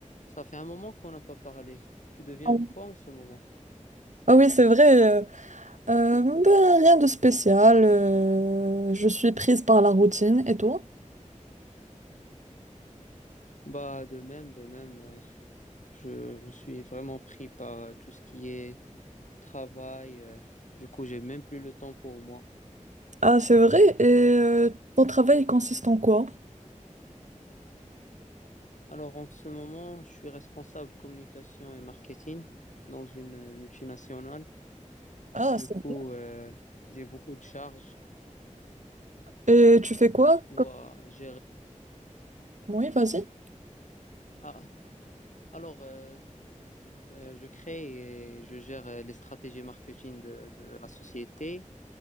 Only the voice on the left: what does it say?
Ça fait un moment qu'on n'a pas parlé. Tu deviens
quoi en ce moment?
Bah, de même, de même. euh, je, je suis vraiment pris par euh, tout ce qui est travail. euh, du coup, j'ai même plus le temps pour moi.
Alors, en ce moment, je suis responsable communication et marketing dans une euh, multinationale.
Du
coup,
euh, j'ai beaucoup de charges.
Je dois gérer.
Ah, alors, euh, euh, je crée et je gère euh, les stratégies marketing de de la société.